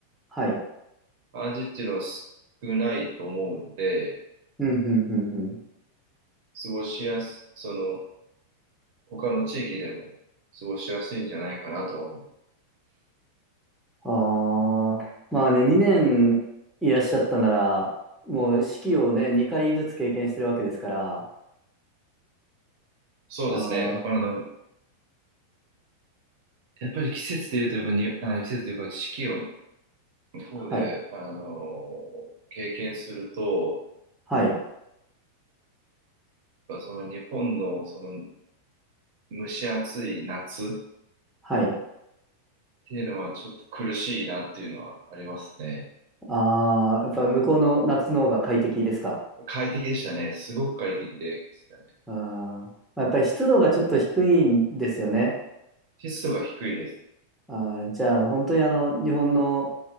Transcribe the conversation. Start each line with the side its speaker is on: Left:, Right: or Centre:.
Centre: はい。
Right: 感じっていうのは少ないと思うので、
Centre: うん、うんうんうん。
Right: 過ごしやす、その、他の地域でも過ごしやすいんじゃないかなとは思う。
Centre: ああ、まあね、2年いらっしゃったなら、もう四季をね、2回ずつ経験してるわけですから、
Right: そうですね。
Centre: ああ、
Right: あの、やっぱり季節で言うと、やっぱに、あ季節というか四季を向こうで、
Centre: はい。
Right: あの、経験すると、
Centre: はい。
Right: やっぱその日本のその蒸し暑い夏っ
Centre: はい。
Right: ていうのはちょっと苦しいなっていうのはありますね。
Centre: ああ、やっぱ向こうの夏の方が快適ですか。
Right: 快適でしたね。すごく快適でしたね。
Centre: あーまあ、やっぱり湿度がちょっと低いんですよね。
Right: 湿度が低いです。
Centre: あーじゃあ、本当にあの、日本の